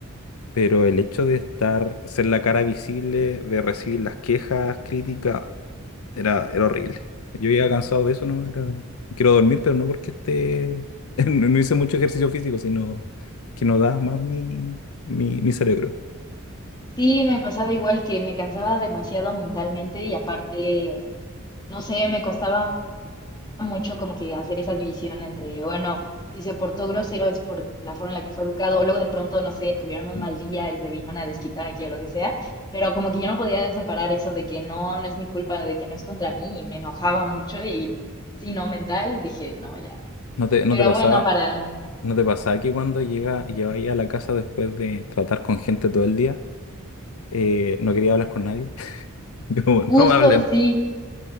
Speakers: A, on the left (about 85°); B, on the left (about 20°).
A: pero el hecho de estar, ser la cara visible, de recibir las quejas, críticas, era, era horrible. Yo ya cansado de eso, ¿no? Era, quiero dormir, pero no porque esté, <laughs> no no hice mucho ejercicio físico, sino que no da más mi, mi, mi cerebro.
B: sí, me pasaba igual que me cansaba demasiado mentalmente y aparte, no sé, me costaba mucho como que hacer esa división entre, bueno, si se portó grosero es por la forma en la que fue educado, o luego de pronto, no sé, tuvieron un
A: Mm.
B: mal día y se vinieron a desquitar aquí o lo que sea, pero como que yo no podía separar eso de que no, no es mi culpa, de que no es contra mí, y me enojaba mucho y si no mental, dije, no, ya.
A: ¿No te, no
B: Pero
A: te pasaba,
B: bueno, para
A: no te pasaba que cuando llega, llegáis a la casa después de tratar con gente todo el día, eh, no quería hablar con nadie? <laughs> Como, no
B: justo
A: me hablen.
B: sí.